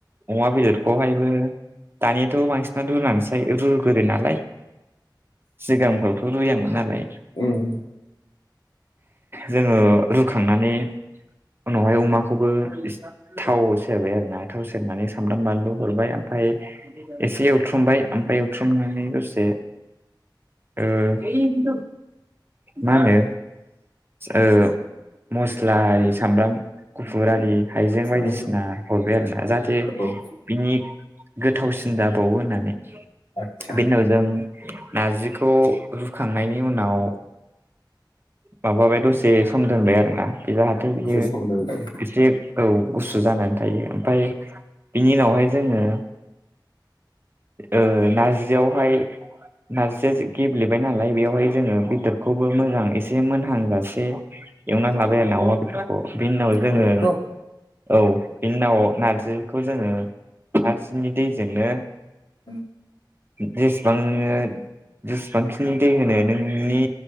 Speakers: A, on the right; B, on the left.
A: अमा बेदरखौहायबो दानियाथ' बांसिनानो रुनानैसो फ्राय रुग्रोनालाय सिगांफ्रावथ' रुयामोन नालाय
B: उम।
A: जोङो रुखांनानै उनावहाय अमाखौबो थाव सेरबाय आरो ना थाव सेरनानै सामब्राम बानलु हरबाय ओमफाय एसे एवथ्रुमबाय ओमफाय एवथ्रुमनानै दसे ओ। मा होनो ओ मस्ला आरि सामब्राम गुफुर आरि हाइजें
B: साबायखर।
A: बायदिसिना हरबाय आरोना जाहाथे
B: औ
A: बिनि गोथावसिन जाबावो होननानै।
B: आदसा
A: बे उनाव जों नारजिखौ रुखांनायनि उनाव माबाबाय दसे सम दोनबाय आरोना बे जाहाथे बियो
B: दसे सम दोनबाय
A: एसे औ गुसु जानानै थायो। ओमफाय बिनि उनावहाय जोङो ओ नारजियावहाय नारजिया एसे गेब्लेबाय नालाय बेवहाय जोङो बेदरखौबो मोजां एसे एसे मोनहांजासे एवनानै लाबाय आरोना अमा बेदरखौ बिनि उनाव जोङो
B: औ
A: औ बिनि उनाव नारजिखौ जोङो नारजिनि दैजोंनो
B: ओ
A: जेसेबां नोङो जेसेबांखिनि दै होनो नोंनि